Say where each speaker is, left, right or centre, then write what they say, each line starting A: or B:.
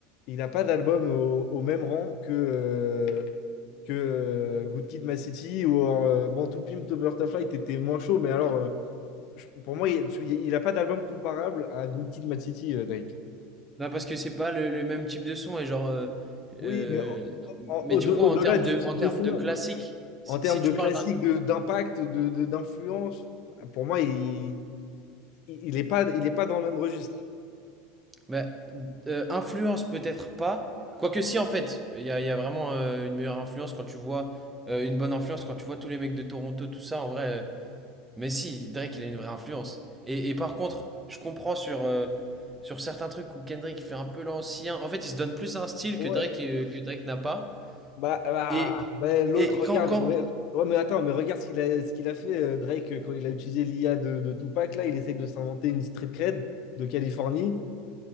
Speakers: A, on the left; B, on the right.
A: il n'a pas d'album au, au même rang que, euh, que euh, Good Kid, M.A. City ou euh, Born to Pimp, To Butterfly, t'étais moins chaud. Mais alors, euh, je- pour moi, il tu- il n'a pas d'album comparable à Good Kid, M.A. City, euh, Drake.
B: Bah parce que c'est pas le, le même type de son et genre. euh,
A: Oui,
B: euh,
A: mais au-
B: mais
A: en- au-
B: tu
A: au-delà
B: vois, en termes
A: du
B: de,
A: type
B: en termes
A: de son,
B: de classique, si
A: en termes
B: si tu
A: de classique,
B: parles d'un.
A: de, d'impact, de, de- d'influence, pour moi, il, il, il est pas, il est pas dans le même registre.
B: Bah, euh, influence peut-être pas. Quoique si en fait, il y a, il y a vraiment euh, une meilleure influence quand tu vois, euh, une bonne influence quand tu vois tous les mecs de Toronto, tout ça, en vrai. euh, mais si, Drake, il a une vraie influence. Et, et par contre, je comprends sur, euh, sur certains trucs où Kendrick fait un peu l'ancien. En fait, il se donne plus un style
A: Ouais.
B: que Drake, euh, que Drake n'a pas.
A: Bah, bah,
B: Et,
A: bah, l'autre,
B: et
A: regarde.
B: quand, quand,
A: re- Ouais, mais attends, mais regarde ce qu'il a, ce qu'il a fait, euh, Drake, euh, quand il a utilisé l'IA de, de Tupac. Là, il essaye de s'inventer une street cred de Californie.